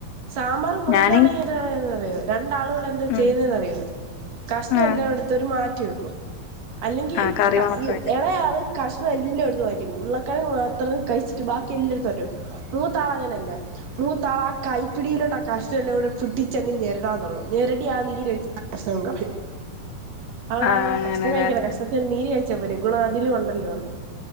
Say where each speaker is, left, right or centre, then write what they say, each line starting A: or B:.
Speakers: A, on the right (about 50°); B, on the left (about 80°).
A: സാമ്പാർ കൊടുകയാണെങ്കിൽ
B: ഞാന്
A: എന്താന്ന് അറിയോ രണ്ടാളുകൂടെ എന്താ
B: ഉം
A: ചെയ്യുന്നതെന്നറിയോ കഷ്ണം
B: ആഹ്
A: എല്ലാം എടുത്തരു മാറ്റി വെക്കും അല്ലെങ്കിൽ
B: ആഹ് കറി മാത്രമായിട്ട്
A: ഇളയാള് കഷ്ണം എല്ലാം എടുത്തു മാറ്റി വെക്കും ഉരുളക്കിഴങ്ങ് മാത്രം കഴിച്ചിട്ട് ബാക്കി എല്ലാം മറ്റിവെക്കും മൂത്താള അങ്ങനെയല്ല നൂത്താള ആഹ് കൈപ്പിടിയിൽ ലോട്ട് ആഹ് കഷ്ണം എല്ലാം കുടി പിടിച്ച് അങ്ങ് ഞേരുടാൻ തോടങ്ങും ഞേരുടി ആഹ് നിര് ഒഴി <unintelligible>
B: ആഹ് അങ്ങനെല്ലേ
A: കഷ്ണം കഴിക്കല കഷ്. നീര് കഴ്ച്ചാപോരെ ഗുണം അതിലുണ്ടല്ലോ.